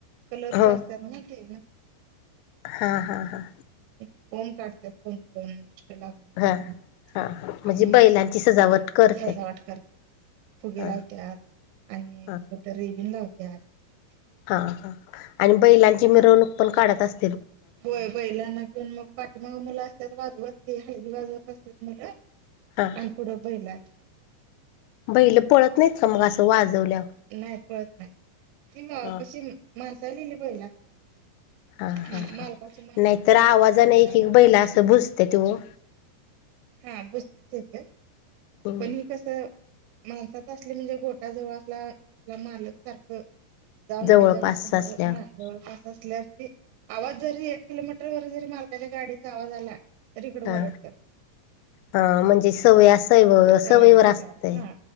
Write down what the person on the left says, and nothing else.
हो
हा हा हा.
हा
हा हा म्हणजे
बैलांची सजावट करतात
हा
हा
हा हा आणि बैलांची मिरवणूक पण काढतं अस
हा
बैल पळत नाहीत का मग असं वाजवल्यावर.
हा
हा हा
नाहीतर आवाजाने एक एक बैला
असं भुजते ते ओ
हम्म
जवळपास
असल्यावर
हा
हा म्हणजे सवय सैव
सवयीवर
असते.